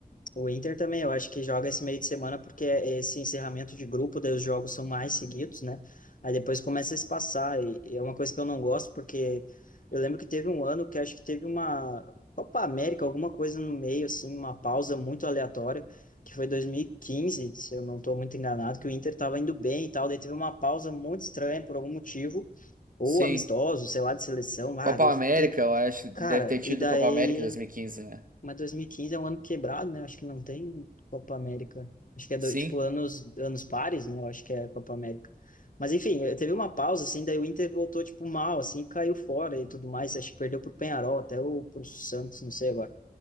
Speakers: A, on the left; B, on the right.
A: o Inter também, eu acho que joga esse meio de semana porque é esse encerramento de grupo, daí os jogos são mais seguidos, né? Aí depois começa a se passar, e e é uma coisa que eu não gosto, porque eu lembro que teve um ano que acho que teve uma Copa América, alguma coisa no meio, assim, uma pausa muito aleatória, que foi 2015, se eu não estou muito enganado, que o Inter estava indo bem e tal, daí teve uma pausa muito estranha por algum motivo, ou
B: Sim.
A: amistoso, sei lá, de seleção, ah,
B: Copa
A: eu fiquei,
B: América, eu acho.
A: cara,
B: Deve ter tido
A: e daí.
B: Copa América em 2015, né?
A: Mas 2015 é um ano quebrado, né? Acho que não tem Copa América. Acho que é do-
B: Sim.
A: tipo anos, anos pares, né? Eu acho que é Copa América. Mas enfim, eh, teve uma pausa, assim, daí o Inter voltou, tipo, mal, assim, caiu fora e tudo mais. Acho que perdeu pro Penharol, até ou pro Santos, não sei agora.